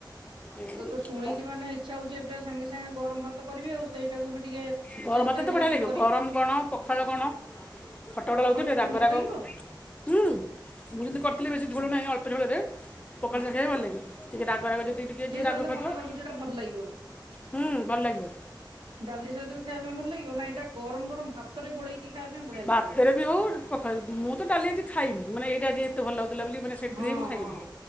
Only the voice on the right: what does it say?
ମୋତେ ତ ଶୁଣିକି
ମାନେ ଇଚ୍ଛା ହଉଛି ଏବେ ସାଙ୍ଗେ ସାଙ୍ଗେ ଗରମ ଭାତ କରିବି ଆଉ ସେଇଟାକୁ ବି ଟିକେ
ଚେଷ୍ଟା
କରିକି
କରିବି
ପଖାଳକୁ
କଣ
ଭଲ
ଲାଗିବ
ଆଛା
ହଁ।
ଡାଲି
ସହିତ
ମତେ ଲାଗୁଛି ଏଇଟା ଭଲ ଲାଗିବନି
ଡାଲି ସହିତ ବି ଖାଇବା ପାଇଁ ଭଲ ଲାଗିବ ନା ଏଇଟା ଗରମ ଗରମ ଭାତରେ ଗୋଳେଇକି <inaudible> ଖାଇବା ପାଇଁ ବଢିଆ
ଲାଗିବ
ହଁ,
ହଁ।